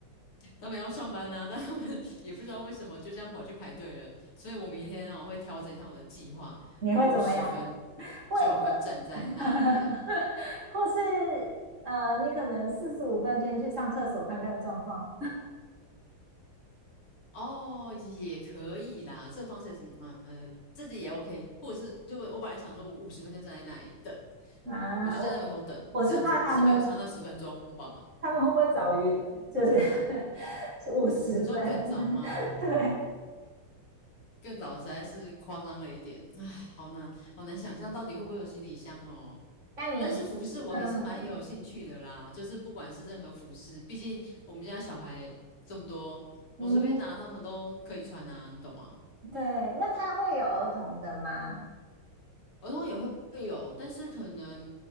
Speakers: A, on the left (about 75°); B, on the right (about 35°).
A: 他们要上班啊，但他们 <laughs> 也不知道为什么就这样跑去排队了，所以我明天哦会调整一下我的计划，
B: <laughs> 你会怎么样？
A: 我五十分
B: 会会，
A: 就会站在那边。
B: <laughs> 或是呃，你可能四十五分先去上厕所看看状况
A: 哦，也可以啦，这个方式也是，嗯，呃这个也 OK，或者是就我我本来想说，我五十分就站在那里等，
B: 啊。
A: 我就站在门口等，
B: 我我是怕他们，
A: 这样子是没有差那十分钟吧？
B: 他们会不会早于就是 <laughs> 是五十分？
A: 你说更早吗？
B: <laughs> 对，
A: 更早实在是夸张了一点，唉，好难，好难想象到底会不会有行李箱哦。
B: 但你嗯
A: 但是服饰我还是蛮有兴趣的啦，就是不管是任何服饰，毕竟我们家小孩这么多，我随便拿他们都可以穿啊，
B: 嗯。
A: 你懂吗？
B: 对，那他会有儿童的吗？
A: 儿童也会会有，但是可能